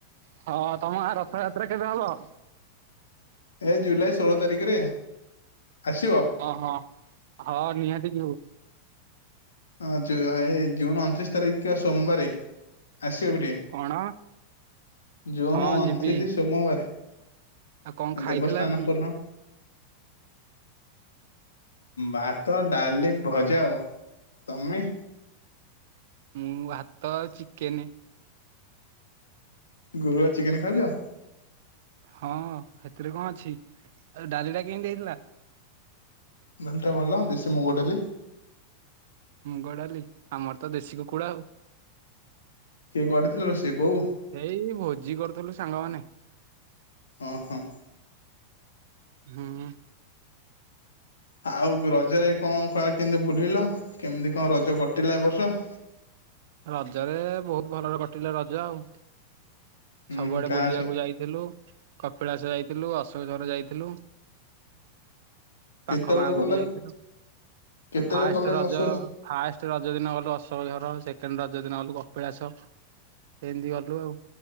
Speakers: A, on the right (about 55°); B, on the left (about 70°).
A: ହଁ ତମ ଗାଁ ରଥଯାତ୍ରା କେବେ ହବ।
B: ଏ ଜୁଲାଇ ଷୋଳ ତାରିଖରେ। ଆସିବ
A: ଅ ହଁ ହଁ ନିହାତି ଯିବୁ।
B: ହଁ ଯୁଆ ଏ ଜୁନ୍ ଅଣତିରିଶ ତାରିଖ କିବା ସୋମବାରେ। ଆସିବ ବି ଟିକେ
A: କଣ
B: ଜୁନ
A: ହଁ
B: ଅଣତିରିଶ
A: ଯିବି
B: ସୋମବାରେ।
A: ଆଉ କଣ ଖାଇଥିଲ
B: ଦେବସ୍ନଆନ
A: ଆଜି?
B: ପୂର୍ଣ୍ଣ ଭାତ ଡାଲି ଭଜା ଆଉ। ତମେ।
A: ମୁଁ ଭାତ ଆଉ ଚିକେନ।
B: ଗୁରୁବାରେ ଚିକେନ ଖାଉଚ।
A: ହଁ ହେଥିରେ କଁ ଅଛି ଆଉ ଯୋଉ ଡାଲି ଟା କେଁତି ହେଇଥିଲା।
B: ଡଲି ଟା ଭଲ ଦେଶୀ ମୁଗ ଡାଲି।
A: ମୁଗ ଡାଲି ଆମର ତ ଦେଶୀ କୁକୁଡା ଆଉ।
B: କରିଥିଲ ସେ ବୋଉ?
A: ଏଇ ଭୋଜି କରୁଥିଲୁ ସାଙ୍ଗମାନେ।
B: ଓ ହୋ।
A: ହଁ।
B: ଆଉ ରଜରେ କଣ କ କେମତି ବୁଲିଲ କେମିତି କଣ ରଜ କଟିଲା ଏ ବର୍ଷ? <inaudible>
A: ରଜରେ ବହୁତ ଭଲରେ କଟିଲା ରଜା ଆଉ
B: ହୁଁ
A: ସବୁଆଡେ
B: ହୁଁ କାହା
A: ବୁଲିବାକୁ
B: ସହ
A: ଯାଇଥିଲୁ କପିଳାସ ଯାଇଥିଲ ଥିଲୁ ଆଶ ଝରେ ଯାଇଥିଲୁ
B: କେତେବେଳେ
A: ପାଖ ଗାଁକୁ
B: ଗଲ
A: ବି ଯାଇଥିଲୁ।
B: କି କେତେବେଳେ
A: ଫାଷ୍ଟ
B: ଗଲ
A: ରଜ
B: କି ଅସ
A: ଫାଷ୍ଟ ରଜ ଦିନ ଗଲୁ ଅସୋକ ଝର ସେ ରଜ ଦିନ ଗଲୁ କପିଳାସ ଏମିତି ଗଲୁ ଆଉ।